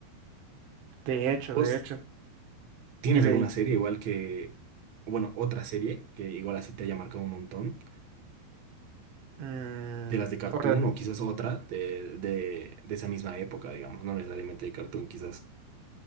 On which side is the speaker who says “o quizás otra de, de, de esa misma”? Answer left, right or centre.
Right